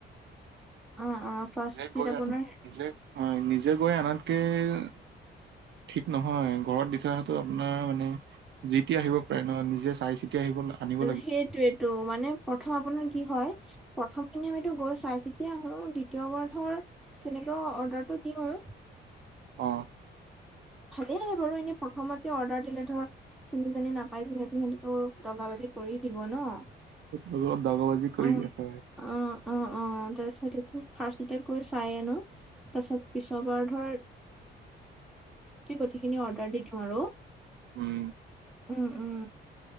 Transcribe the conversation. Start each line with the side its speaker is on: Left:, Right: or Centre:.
Centre: অ অ ফাৰ্ষ্ট
Right: নিজেই গৈ
Centre: আপোনাৰ
Right: নিজে- হয় নিজে গৈ আনাতকে- ঠিক নহয় ঘৰত দি থাৰটো আপোনাৰ মানে- জিতি আহিব পাৰে ন নিজে চাই চিতি আহিব লাগে। আনিব
Centre: সেইটোয়েতটো মানে প্ৰথম আপোনাৰ কি হয়। প্ৰথম খিনি আমিতো গৈ চাই চিতি আহো দ্বিতীয়বাৰ ধৰ তেনেকুৱা অৰ্ডাৰটো দিও।
Right: অহ।
Centre: ভালে আহে বাৰু এনে প্ৰথমতে অৰ্ডাৰ দিলে ধৰ- চিনি জানি নাপাই যিহেতু সিহঁতেতো দগা বাজি কৰি দিব ন'।
Right: ত দগ বাজি কৰি
Centre: অ
Right: দিয়ে হয়।
Centre: অ', অ', অ', তাৰপিছত এইটো ফাৰ্ষ্টতে কৈ চায়ে আনো। তাৰপিছত পিছৰবাৰ ধৰ- গোটেইখিনি অৰ্ডাৰ দি দিও আৰু।
Right: উম।
Centre: উম উম।